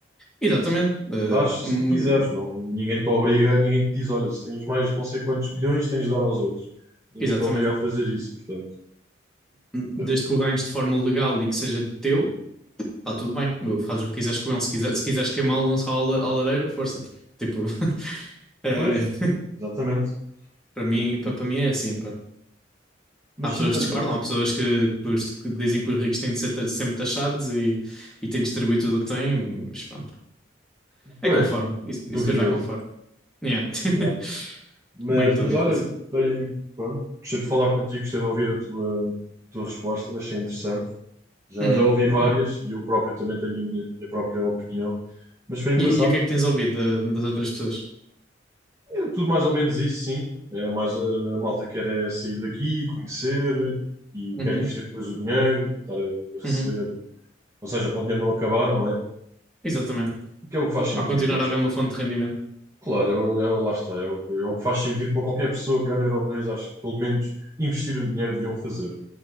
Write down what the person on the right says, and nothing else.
Ou seja,
tu dás
se tu quiseres, não, ninguém te obriga, ninguém te diz, olha, se tens mais de não sei quantos milhões, tens de dar aos outros. Ninguém
te obriga a fazer isso, portanto.
Eu-
Pois, exatamente,
exatamente.
Mas
sim, olha,
pois,
duvidoso.
Mas,
claro. mas,
mas
olha, gostei, pronto, gostei de falar contigo, gostei de ouvir a tua, a tua resposta, achei interessante. Já,
já ouvi várias
e eu próprio também tenho a minha, a minha própria opinião, mas foi engraçado.
É tudo mais ou menos isso, sim. É mais, eh, a malta quer é sair daqui, conhecer e
quer investir depois o dinheiro para estar a receber,
ou seja, para o dinheiro não acabar, não é?
E que é o que faz
sentido,
eu acho.
Claro, é, o- é, o- lá está, é o, que- é o que faz sentido para qualquer pessoa que ganha Euromilhões, acho que pelo menos investir o dinheiro deviam fazer.